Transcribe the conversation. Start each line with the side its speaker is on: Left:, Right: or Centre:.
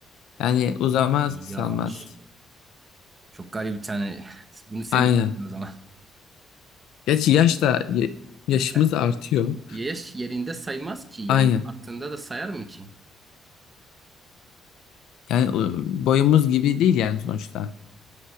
Left: Yani uzamaz
Right: Yaş.
Left: kısalmaz.
Right: Çok garip bir tane. <laughs> Bunu sen
Left: Aynen.
Right: istedin o zaman.
Left: Gerçi yaş da ya- yaşımız
Right: <laughs>
Left: artıyor.
Right: Yaş yerinde saymaz ki yani
Left: Aynen.
Right: attığında da sayar mı ki?
Left: Yani o- boyumuz gibi değil yani sonuçta.